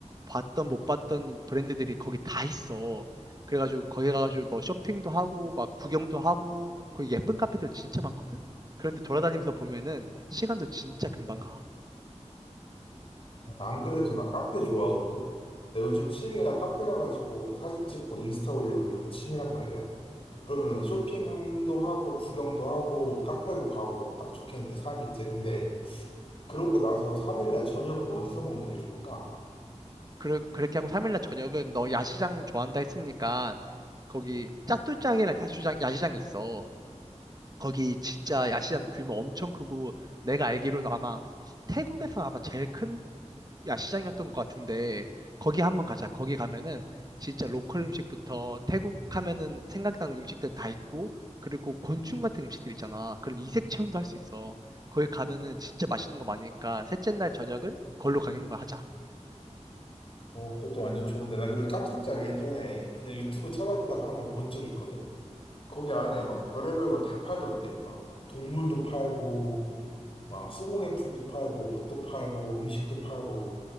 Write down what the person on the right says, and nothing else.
봤던 못 봤던 브랜드들이 거기 다 있어. 그래가지고 거기 가가지고 너 쇼핑도 하고 막 구경도 하고 거기 예쁜 카페들 진짜 많거든? 그런데 돌아다니면서 보면은 시간도 진짜 금방 가.
음.
그러, 그렇게 하고 3일날 저녁은 너 야시장 좋아한다 했으니까 거기 짜뚜짱이란 야시장, 야시장이 있어. 거기 진짜 야시장 규모 엄청 크고 내가 알기로도 아마 태국에서 아마 제일 큰 야시장이었던 것 같은데 거기 한번 가자. 거기 가면은 진짜 로컬 음식부터 태국 하면은 생각나는 음식들 다 있고 그리고 곤충 같은 음식들 있잖아. 그런 이색 체험도 할 수 있어. 거기 가면은 진짜 맛있는 거 많으니까 셋째 날 저녁은 걸로 가는 거 하자.